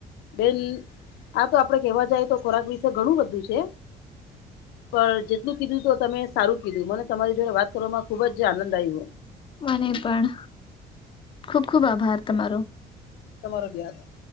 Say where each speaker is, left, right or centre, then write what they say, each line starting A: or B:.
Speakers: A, on the left; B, on the left.
A: બેન આ તો આપડે કેવા જાઈ તો ખોરાક વિશે ઘણું બધું છે. પણ જેટલું કીધું તો તમે સારું કીધું. મને તમારી જોડે વાત કરવામાં ખુબ જ આનંદ આવ્યો.
B: મને પણ ખુબ ખુબ આભાર તમારો.
A: તમારો બી આભાર.